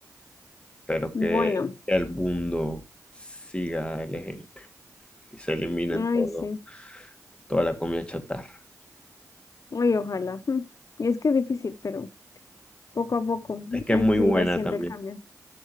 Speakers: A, on the left; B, on the left.
A: Espero que
B: bueno,
A: el mundo siga el ejemplo y se eliminen
B: ay,
A: todo,
B: sí,
A: toda la comida chatarra.
B: ay, ojalá. <laughs> Mm. Y Es que es difícil, pero poco a poco
A: Es que
B: hay
A: es muy
B: que
A: buena
B: ir haciendo
A: también.
B: el cambio.